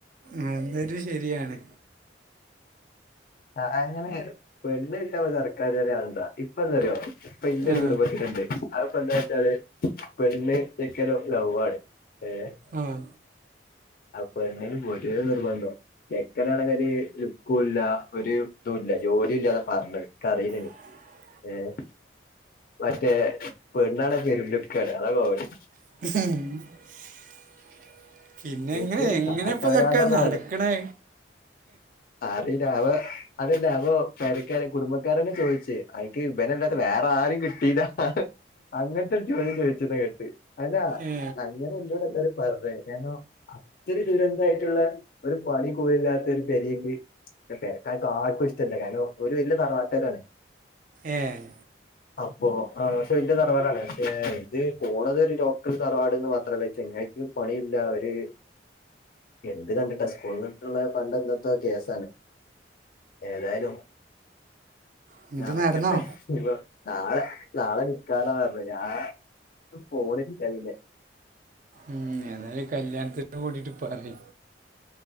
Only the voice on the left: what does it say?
ആ അങ്ങനെ പെണ്ണ് കിട്ടാൻ ഇപ്പം സർക്കാർ ജോലി ആവണ്ടാ ഇപ്പം എന്താറിയോ ഇപ്പൊ ഇന്റൊരു
കുടുംബത്തിലുണ്ട് അതിപ്പോ എന്താവച്ചാല് പെണ്ണ് ചെക്കനും ലവ്വാണ് ഏഹ്‌
ആ പെണ്ണിന് ഒരേ നിർബന്ധം ചക്കനാണങ്കില് ഒരുലുക്കുല്ല ഒരു ഇതുല്ലാ ജോലി ഇല്ലാന്നാ പറഞ്ഞത് എക്കറിയില്ല എനി
ഏഹ് മറ്റേ പെണ്ണാണേൻ പേരും ലുക്കാണ് അതാ കോമഡി
എന്തൊരു
കാട്ടവരാന്താന്ന്
അറില്ലാവോ അതല്ലാവോ പെരക്കാരെ കുടുംബക്കാരന്നെ ചോയിച്ച് അയിക്ക് ഇവനല്ലാതെ വേറെ ആരും കിട്ടീല്ല അങ്ങട്ടൊരു ചോദ്യംചോയിച്ചെന്ന് കേട്ട് അനാ
അങ്ങനെ എഞ്ചോട് എല്ലാരും പറഞ്ഞേ അത്രേദുരന്തായിട്ടുള്ള ഒരു പണി കൂടില്ലാത്ത ഒരു പൊരയ്ക്ക് പെരക്കാർക്കാർക്കും ഇഷ്ടല്ല കാരണം ഒര് വല്ല്യ തറവാട്ടരാണ്
അപ്പൊ ആ പക്ഷെ വലിയ തറവാടാണ് ന്റെ ഇത് പോണത് ഒരു ലോക്കൽ തറവാട്ന്ന്മാത്രല്ല ഈ ചങ്ങായി ഒര് പണിയില്ല ഒര് എന്ത് കണ്ടിട്ടാ സ്കൂളിനടുത്തുള്ള പണ്ടെന്തെത്തോ കേസാണ് ഏതായാലും
നടക്കട്ടെ
ഇപ്പ നാളെ നാളെ നിക്കാന്നാ പറഞ്ഞേ ഞാൻ പോണില്ല പിന്നെ